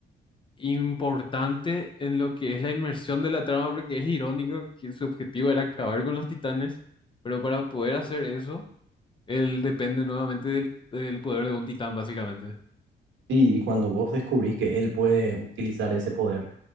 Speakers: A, on the left; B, on the right.
A: importante en lo que es la inmersión de la trama, porque es irónico que su objetivo era acabar con los titanes, pero para poder hacer eso, él depende nuevamente del, del poder de un titán, básicamente.
B: Sí, y cuando vos descubrís que él puede utilizar ese poder,